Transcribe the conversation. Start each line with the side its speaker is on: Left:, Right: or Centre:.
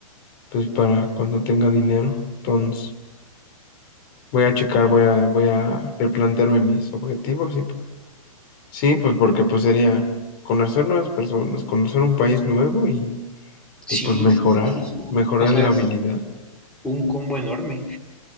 Left: pues para cuando tenga dinero. Entonces, voy a checar, voy a, voy a replantearme mis objetivos y pues. Sí, pues porque pues sería conocer nuevas personas, conocer un país nuevo y,
Centre: Sí,
Left: y pues mejorar,
Centre: sí, sí, sí, sí.
Left: mejorar
Centre: O sea,
Left: en la
Centre: es
Left: habilidad.
Centre: un combo enorme.